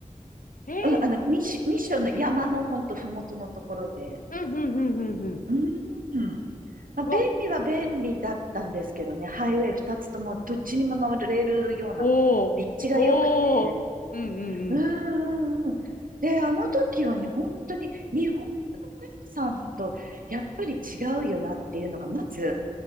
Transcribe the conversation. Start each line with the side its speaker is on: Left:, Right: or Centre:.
Left: ど。ええ
Right: うん、あのミッシ、ミッションの山のほんとふもとのところで、
Left: うんうんうんうんうん。
Right: うーん。まあ、便利は便利だったんですけどね、
Left: わ、
Right: ハイウェイ二つともどっちにも乗れるような、
Left: おー、
Right: こう、立地が良くて。
Left: おー、うんうんうん。
Right: うんうんうんで、あの時はね、本当に日本のお母さんとやっぱり違うよなっていうのが、まず、